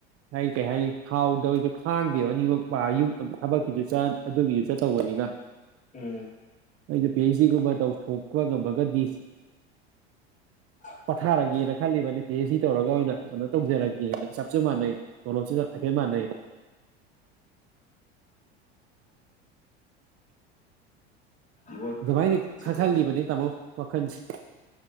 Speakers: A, on the right; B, on the left.
A: ꯍꯥꯏ ꯀꯩ ꯍꯥꯏꯅꯤ ꯊꯥꯎꯗꯑꯣꯏꯔꯁꯨ ꯈꯥꯡꯗꯦꯕ ꯑꯅꯤꯃꯛ ꯄ꯭ꯔꯒ ꯌꯨꯝ ꯊꯕꯛꯀꯤꯁꯨ ꯆꯇ ꯑꯗꯨꯒꯤꯁꯨ ꯆꯠ ꯇꯧꯕꯅꯤꯅ꯫
B: ꯑꯔ
A: ꯑꯩꯅ ꯄꯤ ꯑꯩꯆ ꯗꯤ ꯒꯨꯝꯕ ꯇꯧꯊꯣꯛꯄ ꯉꯝꯃꯒꯗꯤ
B: ꯑꯥ
A: ꯄꯠꯊꯥꯔꯒꯦꯅ ꯈꯜꯂꯤꯕ ꯄꯤ ꯑꯩꯆ ꯗꯤ ꯇꯧꯔꯒ ꯑꯣꯏꯅ ꯀꯩꯅꯣ ꯇꯧꯖꯔꯒꯦꯅ ꯆꯞꯁꯨ ꯃꯥꯟꯅꯩ ꯇꯣꯂꯣꯞ ꯁꯤꯒ ꯍꯥꯏꯈꯩ ꯃꯅꯩ
B: ꯌꯣꯠ ꯀꯀꯥ
A: ꯑꯗꯨꯃꯥꯏꯅ ꯈꯥꯍꯜ
B: ꯇꯨꯝꯕ
A: ꯈꯥꯍꯜꯂꯤꯕꯅꯤ ꯇꯥꯃꯣ ꯋꯥꯈꯜꯁꯤ